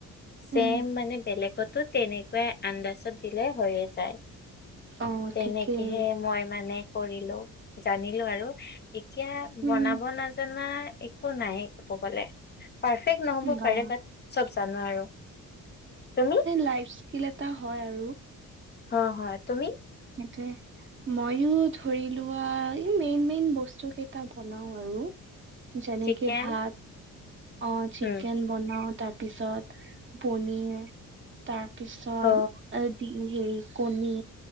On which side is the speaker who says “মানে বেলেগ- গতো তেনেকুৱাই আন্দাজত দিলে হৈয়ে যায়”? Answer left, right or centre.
Left